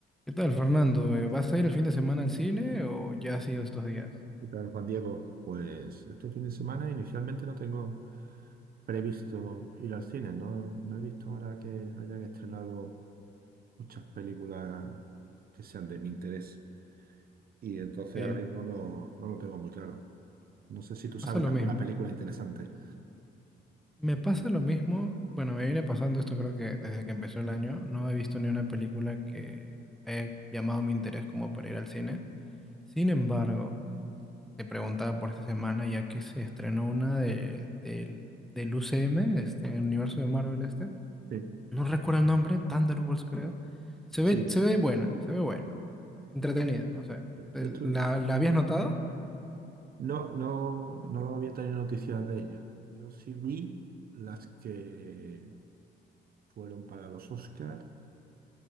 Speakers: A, in the centre; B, on the right.
A: ¿Qué tal, Fernando? Eh, ¿Vas a ir el fin de semana al cine o ya has ido estos días?
B: ¿Qué tal, Juan Diego? Pues este fin de semana inicialmente no tengo previsto ir al cine, no, no he visto ahora que hayan estrenado muchas películas que sean de mi interés y entonces
A: Sí,
B: ahora mismo no, no lo tengo muy claro. No sé si
A: me
B: tú
A: pasa
B: sabes
A: lo
B: de
A: mismo.
B: alguna película interesante.
A: Me pasa lo mismo, bueno, me viene pasando esto creo que desde que empezó el año. No he visto ni una película que haya llamado mi interés como para ir al cine. Sin embargo, te preguntaba por esta semana ya que se estrenó una de, del, del UCM, este, el universo de Marvel este.
B: Sí,
A: No recuerdo el nombre, Thunderbolts creo. Se
B: sí.
A: ve, se ve buena, se ve buena. Entretenida, no sé. ¿La,
B: Yo estuve,
A: la habías notado?
B: No, no, no había tenido noticias de ella. Yo sí vi las que fueron para los Oscars.